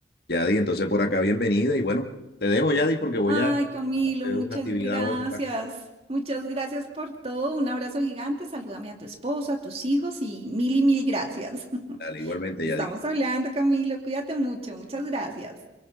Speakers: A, on the left (about 55°); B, on the right (about 35°).
A: Yadi, entonces por acá bienvenida y bueno, te dejo Yadi porque voy
B: Ay,
A: a
B: Camilo,
A: a hacer
B: muchas
A: una actividad
B: gracias.
A: ahora.
B: Muchas gracias por todo. Un abrazo gigante. Salúdame a tu esposo, a tus hijos y mil y mil gracias. <laughs>
A: Dale, igualmente
B: Estamos
A: Yadi.
B: hablando, Camilo. Cuídate mucho. Muchas gracias.